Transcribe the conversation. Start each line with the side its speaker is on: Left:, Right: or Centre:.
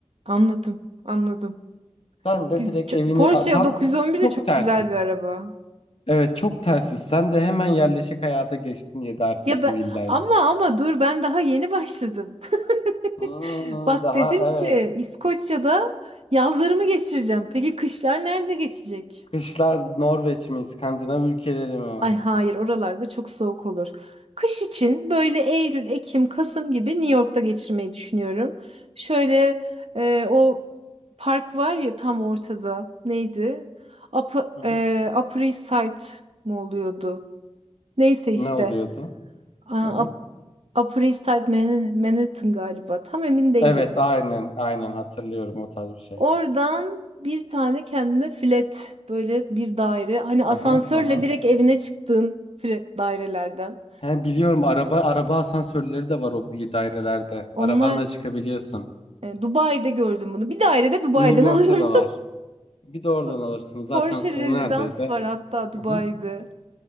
Right: Anladım, anladım.
Left: sen de
Right: Güz-
Left: direkt
Right: ço-
Left: evini
Right: Porsche
Left: tam
Right: 911
Left: çok
Right: de çok
Left: tersiz.
Right: güzel bir araba.
Left: Evet çok tersiz. Sen de hemen yerleşik hayata geçtin 7 artı
Right: Ya
Left: 2
Right: ben
Left: villayla.
Right: ama ama dur ben daha yeni başladım. <laughs>
Left: Hmm,
Right: Bak
Left: daha
Right: dedim ki
Left: evet.
Right: İskoçya'da yazlarımı geçireceğim. Peki kışlar nerede geçecek?
Left: Kışlar Norveç mi, İskandinav ülkeleri mi?
Right: Ay hayır oralarda çok soğuk olur. Kış için böyle Eylül, Ekim, Kasım gibi New York'ta geçirmeyi düşünüyorum. Şöyle e, o park var ya tam ortada. Neydi? Upper,
Left: Hı hı.
Right: e, Upper East Side mı oluyordu? Neyse işte
Left: Ne oluyordu?
Right: a-
Left: Hı hı.
Right: Up- Upper East Side Man- Manhattan galiba tam emin değilim.
Left: Evet, aynen, aynen hatırlıyorum o tarz bir şey.
Right: Oradan bir tane kendime flat böyle bir daire hani asansörle
Left: Hı hı, hı hı.
Right: direkt evine çıktığın flat dairelerden.
Left: He, biliyorum araba araba asansörleri de var o bir dairelerde.
Right: Onlar
Left: Arabanla çıkabiliyorsun.
Right: e, Dubai'de gördüm bunu. Bir daire de Dubai'den
Left: New York'ta
Right: <laughs> alırım.
Left: da var. Bir de oradan
Right: Po-
Left: alırsın. Zaten
Right: Porsche
Left: sonu
Right: Residence
Left: neredeyse.
Right: var hatta Dubai'de.
Left: Hı hı.